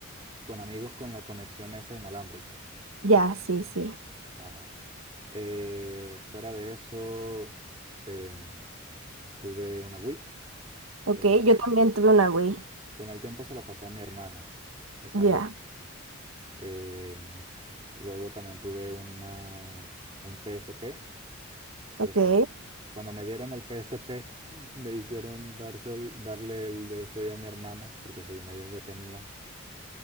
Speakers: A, on the right; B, on the right.
A: con amigos con la conexión esa inalámbrica.
B: Ya, sí, sí.
A: Ajá. Eh, fuera de eso, em, tuve una Wii,
B: Ok,
A: que
B: yo también tuve una Wii.
A: con el tiempo se la pasé a mi hermana, esa
B: Ya,
A: Wii. Em, luego también tuve una, un PSP.
B: ok.
A: Este, cuando me dieron el PSP, <laughs> me hicieron darse el- darle el DS a mi hermana, porque según ellos ya tenía.